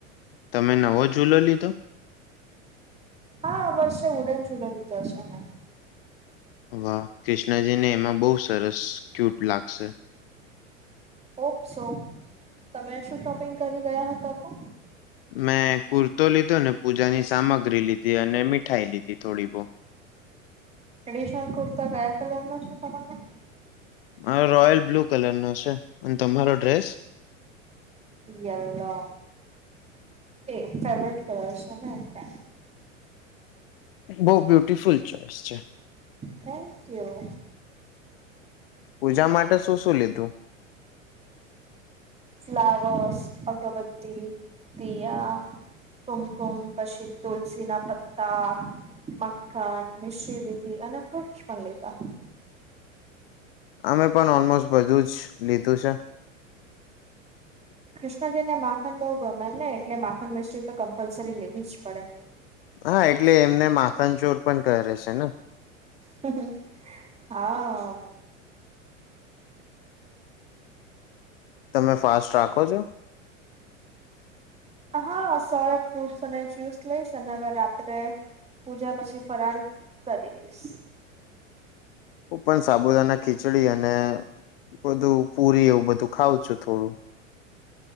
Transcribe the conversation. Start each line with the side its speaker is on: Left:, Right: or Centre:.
Left: તમે નવો જૂલો લીધો?
Right: હા બસ છે વુડન જ્વેલરી તો હશે અમે
Left: વાહ ક્રિષ્ણજીને એમાં બહુ સરસ ક્યુટ લાગશે.
Right: ઓપસો તમે શું શોપિંગ કરી ગયા હતા તો?
Left: મેં કુર્તો લીધો ને પૂજાની સામગ્રી લીધી અને મીઠાઈ લીધી થોડી બહુહ
Right: ટ્રેડિશનલ કુર્તા કયા કલર ના છે તમારા?
Left: મારો રોયલ બ્લુ કલર નો છે, અને તમારો ડ્રેસ?
Right: યેલો એજ ફેવરેટ કલર છેને એટલે.
Left: બઉ બ્યુટીફુલ ચોઈસ છે.
Right: Thank you.
Left: પૂજા માટે શું શું લીધું?
Right: ફ્લાવર્સ, અગબત્તી, દીયા કુમકુમ પછી તુલસી ના પત્તા. મખ્ખન, મિશ્રી લીધી, અને ફ્રૂટસ પણ લીધા.
Left: અમે પણ ઓલમોસ્ટ બધું જ લીધું છે.
Right: કૃષ્ણજી ને માખન બહુ ગમેને, એટલે માખન મિશ્રી તો કમ્પલસરી લેવીજ પડે.
Left: હા એટલે એમને માખન ચોર પણ કરે છે ને.
Right: <unintelligible> હા.
Left: તમે ફાસ્ટ રાખો છો?
Right: હા સવારે ફ્રૂટસ અને જ્યુસ લઈસ ને હવે રાત્રે પૂજા પછી ફરાળી કરી લઈશ.
Left: પણ સાબુદાના ખીચડી અને બધું પુરી એવું બધું ખાવ છું થોડું